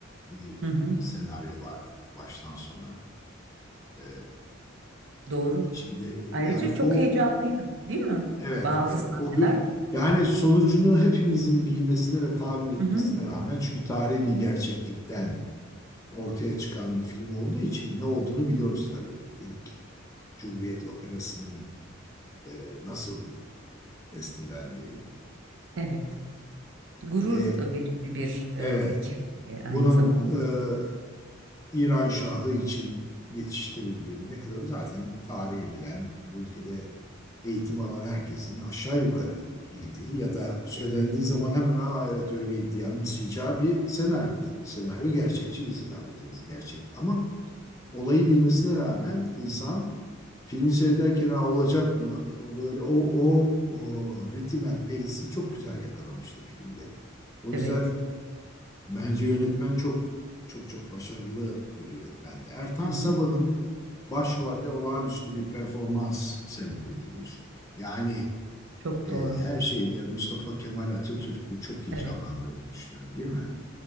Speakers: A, on the left; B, on the right.
A: bir
B: Hı hı,
A: senaryo vardı baştan sona. E,
B: doğru.
A: içinde
B: Ayrıca
A: yani
B: çok
A: o
B: heyecanlıydı, değil mi?
A: evet
B: Bazı
A: evet
B: sahneler.
A: o gö- yani sonucunu hepimizin bilmesine ve tahmin etmesine
B: Hı hı,
A: rağmen çünkü tarihi bir gerçeklikten ortaya çıkan bir film olduğu için ne olduğunu biliyoruz tabii. İlk Cumhuriyet Operası'nın e, nasıl bestelendiğini.
B: evet. Gurur
A: Ve
B: verici bir e,
A: evet
B: hikaye aynı
A: bunun
B: zamanda.
A: e, İran Şahı için yetiştirildiğini ne kadar zaten tarihi bilen bu ülkede eğitim alan herkesin aşağı yukarı bildiği ya da söylendiği zaman hemen aa evet öyleydi diye anımsayacağı bir senaryo tabii. Senaryo gerçekçi bir senaryo tabii gerçek ama olayı bilmesine rağmen insan filmi seyrederken "Aa, olacak mı? O böyle o o o ritim and pace'i çok güzel yakalamıştı filmde. O
B: Evet.
A: yüzden bence yönetmen çok çok çok başarılı bir yönetmendi. Ertan
B: Hı hı,
A: Sabah'ın başrolde olağanüstü bir performans sergilemişti. Yani
B: çok
A: e,
B: doğru.
A: her şeyle Mustafa Kemal Atatürk'ü çok iyi
B: Evet.
A: canlandırdığını düşünüyorum, değil mi?